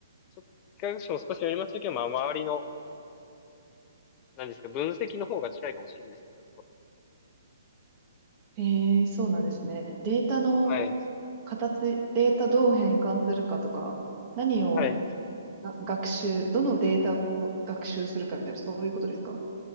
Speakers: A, on the left (about 25°); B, on the right (about 30°).
A: ちょ機械学習も少しやりましたけど、まあ、周りの、何ですか、分析の方が近いかもしれないですね。
B: ー、えー、そうなんですね。データの
A: はい。
B: 形、データどう変換するかとか、何を
A: はい。
B: が学習、どのデータを学習するかみたいな、そういうことですか